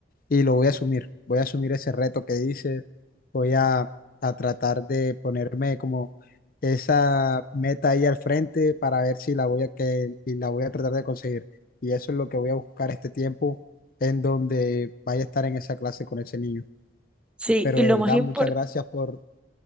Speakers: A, on the left; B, in the centre.
A: y lo voy a asumir. Voy a asumir ese reto que dices, voy a, a tratar de ponerme como esa meta ahí al frente para ver si la voy a, que, y la voy a tratar de conseguir. Y eso es lo que voy a buscar este tiempo en donde vaya a estar en esa clase con ese niño.
B: Sí,
A: Pero
B: y
A: de
B: lo
A: verdad,
B: más importante
A: muchas gracias por,